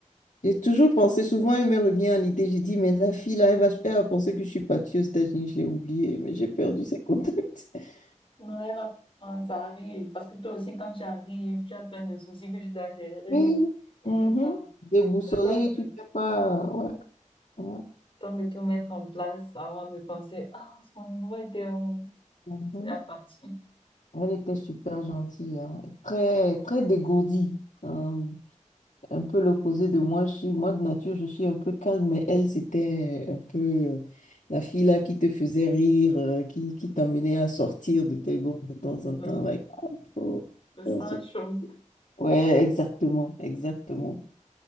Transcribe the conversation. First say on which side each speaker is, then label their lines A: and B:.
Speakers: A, on the left; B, on the left.
A: j'ai toujours pensé, souvent elle me revient à l'idée. J'ai dit, mais la fille là, elle va, elle va penser que je suis partie aux États-Unis. Je l'ai oubliée, mais j'ai perdu ses contacts. <laughs>
B: Non, elle va prendre, ça arrive. Parce que toi aussi, quand tu arrives, tu as plein de soucis que tu dois gérer
A: Oui.
B: et
A: Mhm.
B: tout ça.
A: Déboussolée,
B: Le temps de,
A: tu
B: le
A: sais pas. Ouais. ouais.
B: temps de tout mettre en place avant de penser, ah, son numéro était où?
A: Mhm.
B: C'est la partie.
A: Elle était super gentille, hein, et très, très dégourdie. hein, un peu l'opposé de moi. Je suis, moi, de nature, je suis un peu calme, mais elle, c'était un peu euh, la fille là qui te faisait rire, euh, qui, qui t'emmenait à sortir de tes gonds de temps en temps.
B: Le,
A: Like, Ah, faut
B: le
A: faire
B: sang
A: ce-
B: chaud.
A: Ouais, exactement, exactement.